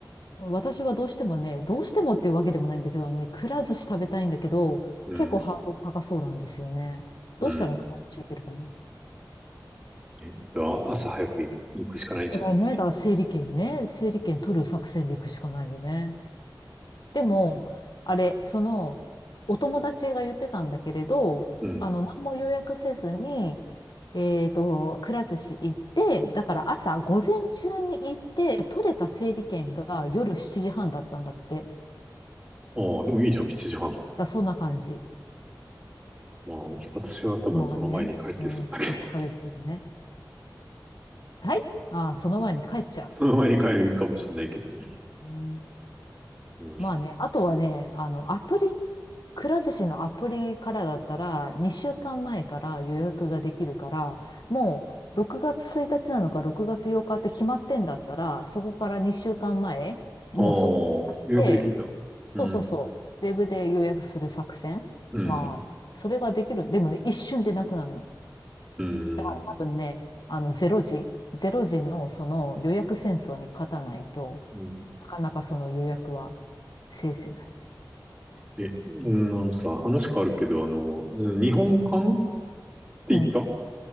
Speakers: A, on the left; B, on the right.
A: 私はどうしてもね、どうしてもっていうわけでもないんだけど、あのね、くら寿司食べたいんだけど、
B: うん、
A: 結構ハードル高そうなんですよね。
B: うん。
A: どうしたらくら寿司いけるかな
B: え朝早く行く行くしかないんじゃない
A: だからね、だから整理券ね、整理券取る作戦で行くしかないよね。でも、あれ、その、お友達が言ってたんだけれど、
B: うん。
A: あの、何も予約せずに、えっと、くら寿司行って、だから朝、午前中に行って、取れた整理券が夜7時半だったんだって。だか
B: ああ、でもいいじゃん、7時半。
A: らそんな感じ。
B: まあ、私は多分その前に帰ってそうだけど、
A: まあね、うん、結構疲れるけどね。
B: <laughs>
A: はいああその前に帰っちゃ
B: その前に帰るかもしれないけどね。
A: う。うん
B: うん。
A: まあね、あとはね、あの、アプリ、くら寿司のアプリからだったら、2週間前かんまえから予約ができるから、もう6月1日なのか6月8日って決まってんだったら、そこから2週間前、もうそこ
B: ああ、予約できるんだ。
A: で、
B: うん。
A: そうそうそう、ウェブで予約する作戦。
B: うん。
A: まあ、それができる。でもね、一瞬でなくなるの。
B: うん。
A: 多分ね、あの、ゼロ時、ゼロ時のその予約戦争に勝たないと
B: うん
A: なかなかその予約は制せない。
B: え、うんあのさ、話変わるけど、あの、日本館って言った
A: うん